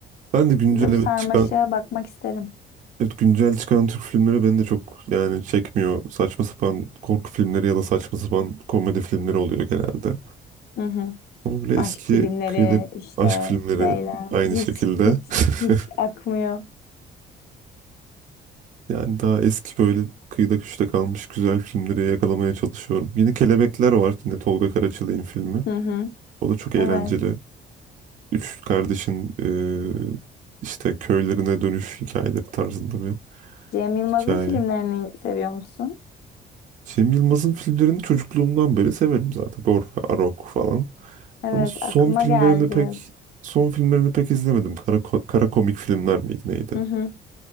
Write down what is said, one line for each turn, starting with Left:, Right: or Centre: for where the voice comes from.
Right: ben de güncel
Left: Bir de bu
Right: evet
Left: sarmaşığa
Right: çıkan
Left: bakmak isterim.
Right: evet, güncel çıkan Türk filmleri beni de çok yani çekmiyor saçma sapan korku filmleri ya da saçma sapan komedi filmleri oluyor genelde
Left: Hı hı.
Right: ama böyle
Left: Aşk
Right: eski
Left: filmleri
Right: kıyıda
Left: işte
Right: aşk filmleri
Left: şeyler
Right: aynı
Left: hiç
Right: şekilde
Left: hiç hiç
Right: <laughs>
Left: akmıyor.
Right: Yani daha eski böyle kıyıda köşede kalmış güzel filmleri yakalamaya çalışıyorum. Yine Kelebekler var. Yine Tolga Karaçalık'ın filmi.
Left: Hı hı.
Right: O da çok eğlenceli.
Left: Evet.
Right: Üç kardeşin e, işte köylerine dönüş hikayeleri tarzında bir
Left: Cem Yılmaz'ın
Right: hikaye.
Left: filmlerini seviyor musun?
Right: Cem Yılmaz'ın filmlerini çocukluğumdan beri severim zaten. Borha, Arok falan.
Left: Evet,
Right: Ama son
Left: aklıma
Right: filmlerini
Left: geldi.
Right: pek son filmlerini pek izlemedim. Kara, kara komik filmler miydi neydi?
Left: Hı hı.